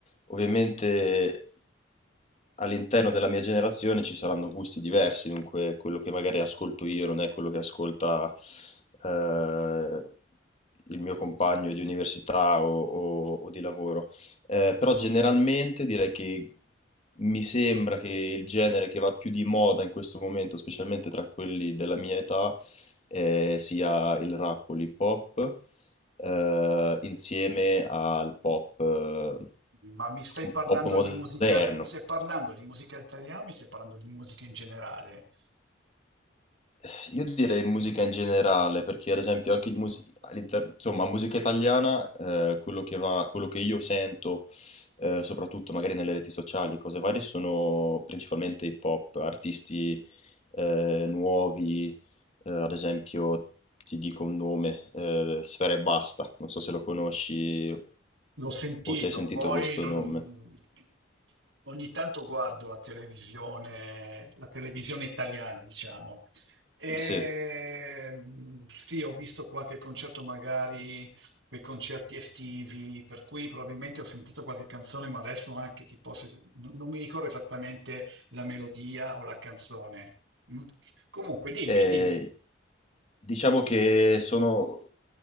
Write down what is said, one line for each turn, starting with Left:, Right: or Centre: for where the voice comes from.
Left: ovviamente all'interno della mia generazione ci saranno gusti diversi, dunque quello che magari ascolto io non è quello che ascolta eh, il mio compagno di università o o- o di lavoro. Eh, però generalmente direi che mi sembra che il genere che va più di moda in questo momento, specialmente tra quelli della mia età, eh, sia il rap o l'hip hop, eh, insieme al pop, eh,
Right: ma mi stai
Left: un
Right: parlando
Left: pop moderno.
Right: di musica, mi stai parlando di musica italiana o mi stai parlando di musica in generale?
Left: S- Io direi musica in generale, perché ad esempio anche il mus- all'inter- insomma, musica italiana, eh, quello che va- quello che io sento, eh, soprattutto magari nelle reti sociali, cose varie, sono principalmente hip hop, artisti eh, nuovi, eh, ad esempio ti dico un nome, eh, Sfera Ebbasta, non so se lo conosci
Right: L'ho sentito,
Left: o se hai sentito
Right: poi
Left: questo
Right: non-
Left: nome.
Right: ogni tanto guardo la televisione, la televisione italiana, diciamo. E,
Left: Sì.
Right: mm, sì, ho visto qualche concerto, magari quei concerti estivi, per cui probabilmente ho sentito qualche canzone, ma adesso anche ti posso... non non mi ricordo esattamente la melodia o la canzone. Mm? Comunque, dimmi,
Left: Ehm,
Right: dimmi.
Left: diciamo che sono